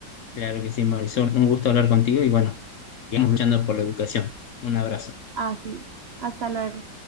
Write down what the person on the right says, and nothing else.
Así, hasta luego.